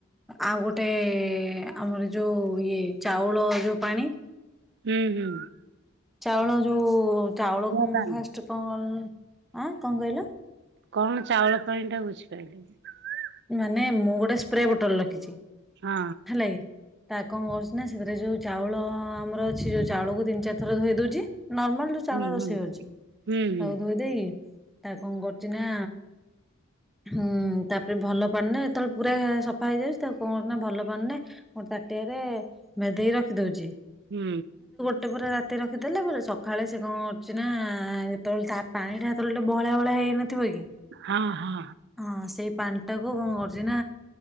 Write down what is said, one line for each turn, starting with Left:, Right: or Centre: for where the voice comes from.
Centre: ଆଉ ଗୋଟେ ଏ ଆମର ଯୋଉ ଇଏ ଚାଉଳ ଯୋଉ ପାଣି।
Right: ହୁଁ ହୁଁ।
Centre: ଚାଉଳ ଯୋଉ ଚାଉଳକୁ ମୁଁ
Right: ହୁଁ।
Centre: ଫାଷ୍ଟ କଣ ଆଁ କଣ କହିଲ
Right: କଣ ଚାଉଳ ପାଣି ଟା ବୁଝିପାଇଲିନି।
Centre: ମାନେ ମୁଁ ଗୋଟେ ସ୍ପ୍ରେ ବୋଟଲ ରଖିଚି।
Right: ହଁ
Centre: ହେଲାକି ତାକ୍ କଣ କରୁଚି ନା ସେଥିରେ ଯଉ ଚାଉଳ ଆମର ଅଛି ଯୋଉ ଚାଉଳକୁ ତିନି ଚାରି ଥର ଧୋଇ ଦଉଚି ନର୍ମାଲ ଯୋଉ ଚାଉଳ
Right: ହୁଁ
Centre: ରୋଷେଇ
Right: ହୁଁ
Centre: ଅଉଛି ତାକୁ
Right: ହୁଁ ହୁଁ
Centre: ଧୋଇ ଦେଇକି ତାକୁ କଣ କରୁଛି ନା ହୁଁ ତା ଭଲ ପାାନ ନା ଯେତେବେଳେ ପୁରା ସଫା ହେଇଯାଉଚି ତାକୁ କଣନା ଭଲ ପାନ ରେ ଗୋଟେ ତାଟିଆରେ ଭେଦେଇ ରଖିଦଉଚି।
Right: ହୁଁ।
Centre: ଟେ ପୁରା ରାତି ରଖିଦେଲେ ପୁରା ସଖାଳେ ସେ କଣ କରୁଚି ନା ଯେତେବଳେ ତା ପାଣିଟା ହେତବେଳଠୁ ବହଳିଆ ବହଳିଆ ହେଇନଥ ଥିବକି
Right: ହଁ ହଁ
Centre: ହଁ ସେଇ ପାଣିଟାକୁ କଣ କରୁଚିନା